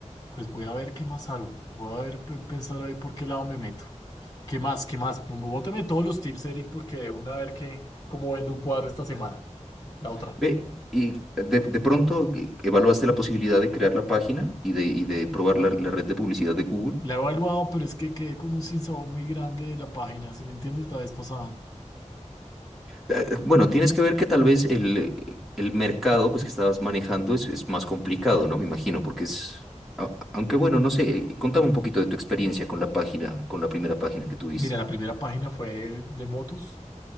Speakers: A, on the left; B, in the centre.
A: Pues voy a ver qué más hago. Voy a ver, pe- pensar ahí por qué lado me meto. ¿Qué más? ¿Qué más? Pues, Bóteme todos los tips, Eric, porque de una a ver qué cómo vendo un cuadro esta semana. La otra.
B: Ve, y de, de pronto eh, evaluaste la posibilidad de crear la página y de, y de probar la, la red de publicidad de Google.
A: La he evaluado, pero es que quedé con un sinsabor muy grande de la página, si me entiendes, la vez pasada.
B: Eh, Bueno, tienes que ver que tal vez el, eh, el mercado pues, que estabas manejando es, es más complicado, ¿no? Me imagino, porque es... a- Aunque bueno, no sé, eh, contame un poquito de tu experiencia con la página, con la primera página que tuviste.
A: Mira, la primera página fue el de motos.